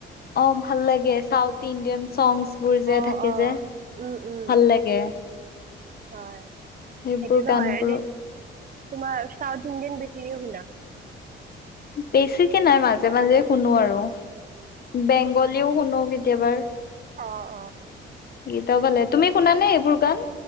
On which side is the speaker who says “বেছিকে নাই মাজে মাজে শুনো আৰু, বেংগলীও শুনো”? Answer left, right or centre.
Left